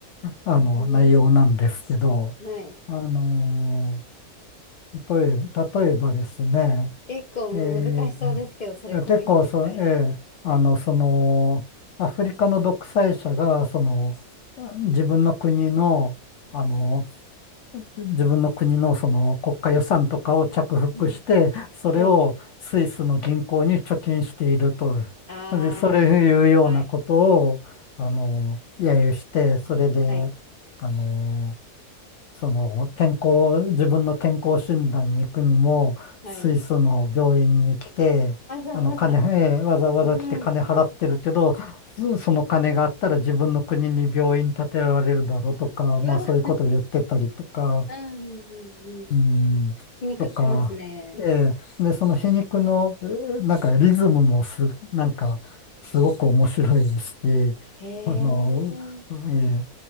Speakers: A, on the left; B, on the left.
A: あの、
B: うー
A: 内容なんですけど、
B: んはい。
A: あの、例え、例えばですね、
B: 結構難しそうですけど、
A: えーと
B: それコメディに変えるの。
A: 結構そ、えーあの、その、アフリカの独裁者が、その、自分の国の、あの、自分の国のその国家予算とかを着服して、
B: うん。
A: それをスイスの銀行に貯金していると。
B: はい。あ
A: で、それいうようなことを、
B: あ、はい。
A: あの、揶揄して、それで、
B: はい。
A: あの、その健康、自分の健康診断に行くにも、
B: はい。
A: スイスの病院に来て、
B: わざわざ。
A: あの、金、えーわざわざ来て金払ってるけど、
B: うん。う
A: そその金があったら自分の国に病院建てられるだろうとか、まあそういうことを言ってたりとか、
B: わ、うん、うん、うん。うん
A: うん、
B: 気に食ってますね。
A: とか、ええで、その皮肉の、えーなんかリズムもす、なんか、すごく面白いし、
B: へえ。
A: あの、え